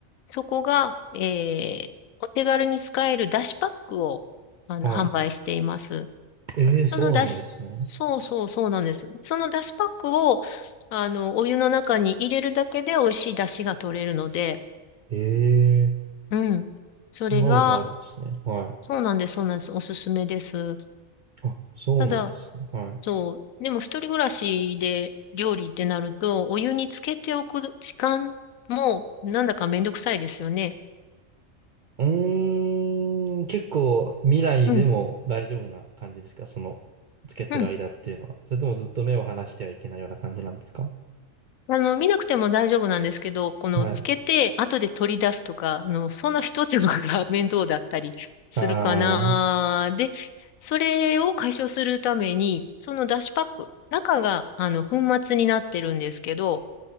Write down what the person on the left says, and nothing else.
そこが、えー、お手軽に使えるだしパックを、あの、
販売しています。
そのだし、そうそうそうなんです。そのだしパックを、あの、お湯の中に入れるだけで美味しいだしが取れるので、
うん。それが、
そうなんです、そうなんです。おすすめです。
ただ、
そう、でも一人暮らしで料理ってなると、お湯につけておく時間も、なんだかめんどくさいですよね。
うん、
うん。
あの、見なくても大丈夫なんですけど、この、
つけて、後で取り出すとか、あの、その一手間が <laughs> 面倒だったりするかな。
で、それを解消するために、そのだしパック、中が、あの、粉末になってるんですけど、